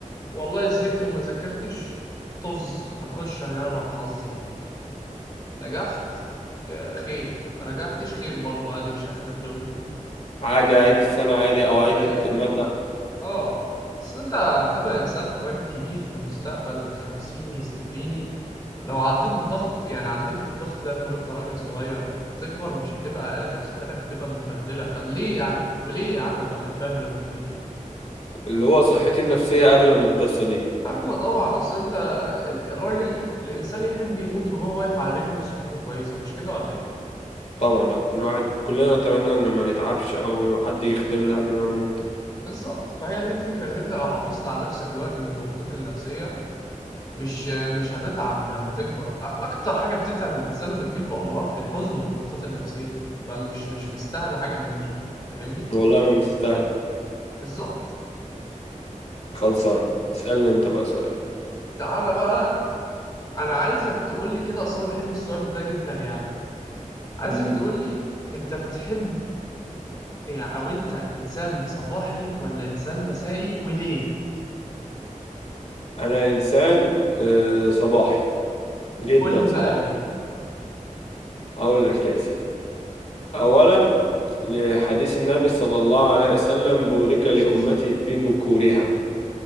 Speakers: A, on the left (about 30°); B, on the left (about 55°).
A: والله زهقت وما ذاكرتش طز هخش اجرب حظي نجحت آه، خير ما نجحتش خير برضه عادي مش اخر الدنيا
B: عادي أعيد السنة عادي أو
A: ولا
B: أعيد
A: يفرق
B: المادة
A: اه اصل انت هتبقى انسان راجل كبير في المستقبل خمسيني ستيني لو عديت بضغط يعني عديت بالضغط ده من وانت راجل صغير هتكبر مش هتبقى قادر صحتك هتبقى متبهدله فليه يا عم وليه يا عم ابقى متبهدل وانا كبير
B: اللي هو صحتي النفسية أغلى من القصة دي
A: اغلى طبعا اصل انت ال- الراجل الانسان يحب يموت وهو واقف على رجله وصحته كويسه مش كده ولا ايه
B: طبعا الواحد كلنا نتمنى إن ما نتعبش أو حد يخدمنا قبل ما نموت
A: بالظبط فهي دي الفكره ان انت لو حافظت على نفسك الوقت من الضغوطات النفسيه مش مش هتتعب لما تكبر أ- اكتر حاجه بتتعب الانسان وبتجيب له امراض الحزن والضغوطات النفسيه فمش مش مستاهله حاجه من دي فاهمني
B: والله ما مستاهلة
A: بالظبط
B: خلصان اسألني أنت بقى سؤال
A: تعالى بقى انا عايزك تقول لي كده اصلا انا بحب السؤال ده جدا يعني عايزك
B: مم.
A: تقول لي انت بتحب يعني او انت انسان صباحي ولا انسان مسائي وليه
B: أنا إنسان آه، صباحي جدا
A: قول لي
B: صباحي
A: بقى ليه
B: أقول لك ليه يا سيدي أولا لحديث النبي صلى الله عليه وسلم بورك
A: بس
B: لأمتي
A: بس-
B: في بكورها